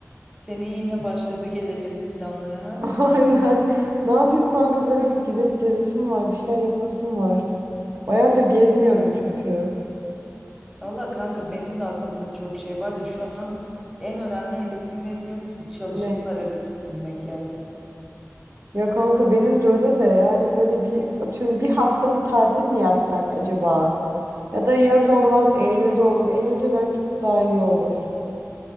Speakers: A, in the centre; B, on the right.
A: Senin yine başladı gelecek planlara ha?
B: <laughs> Aynen. Ne yapayım kanka böyle bir gidip gezesim var, bir şeyler yapasım var. Bayağıdır gezmiyorum çünkü.
A: Valla kanka benim de aklımda çok şey var da şu an en önemli hedefim ne biliyor musun? Çalışıp
B: Ne?
A: para biriktirmek yani.
B: Ya kanka benim de öyle de yani böyle bir atıyorum bir hafta bir tatil mi yapsak acaba? Ya da yaz olmaz Eylül'de olur. Eylül'de bence çok daha iyi olur.